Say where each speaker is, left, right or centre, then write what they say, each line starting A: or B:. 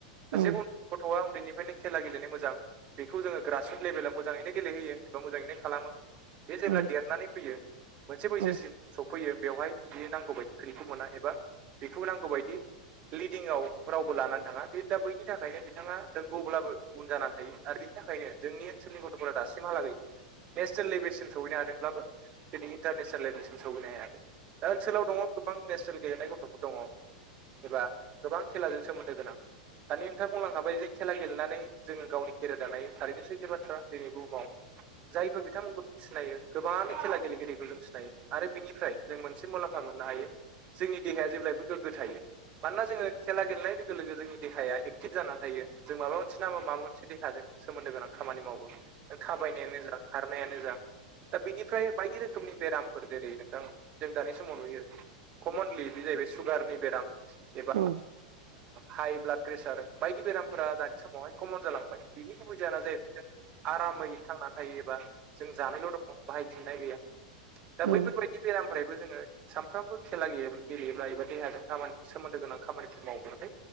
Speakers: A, on the right (about 35°); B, on the right (about 80°).
A: सासे
B: औ
A: गथ'आ उन्दैनि ओखायनो खेला गेलेनो मोजा बेखौ जोंङो ग्रास रुट लेभेलाव मोजाङैनो गेलेयो एबा मोङैनो खालामो बे जेब्ला
B: औ
A: देरनानै फैयो मोनसे बैसोसिम
B: औ
A: सफैयो बेवहाय बियो नांगौ बायदि फिल्डखौ मोना एबा बेखौ नांगौबायदि लिडिंआव रावबो लानानै थांङा बे दा बैनि थाखायनो बिथांङा नोंगौब्लाबो उन जानानै थायो आरो बिनि थाखायनो जोंनि ओनसोलनि गथ'फोरा दासिमहालागै नेसनेल लेभेलसिम सहैनो हादोंब्लाबो दिनै इन्टारनेसनेल लेभेलसिम सौहैनो हायाखै दा ओनसोलाव दङ गोबां नेसनेल गेलेनाय गथ'फोर दंङ'। एबा गोबां खेलाजों सोमोन्दो गोनां दानि नोंथाङा बुंलांखाबाय जे खेला गेलेनानै जोङो गावनि केरियार दानाय थारैनो सैथो बाथ्रा दिनै बुहुमाव जायफोर बिथांमोनखौ सिनायो गोबां खेला गेलेगिरिखौ जों सिनायो आरो बिनिफ्राय जों मोनसे मुलाम्फा मोननो हायो जोंनि देहाया जेब्लायबो गोग्गो थायो। मानोना जोङो खेला गेलेनाय लोगो लोगो जोंनि देहाया एक्टिभ जानानै थायो जों माबा मोनसे नामा माबा मोनसे देहाजों सोमोन्दो गोनां खामानि मावो नों थाबायनायानो जा खारनायानो जा दा बिनिफ्राय बायदि रोखोमनि बेरामफोर जेरै नोंथां जों दानि समाव नुयो कमनलि बे जाहैबाय सुगारनि बेराम एबा
B: औ
A: हाइ ब्लाड प्रेसार बायदि बेरामफोरा दानि समावहाय कमन जालांबाय। बिनि गुबै जाहोना जाहैबाय जों आरामै थांनानै थायो एबा जों जानायल' दङ बाहायफिननाय गैया दा
B: औ
A: बैफोरबायदि बेरामनिफ्रायबो जोङो सानफ्रोमबो खेला गेल गेलेयोब्ला एबा देहाजों खामानि सोमोन्दो गोनां खामानिफोर माव्लाथाय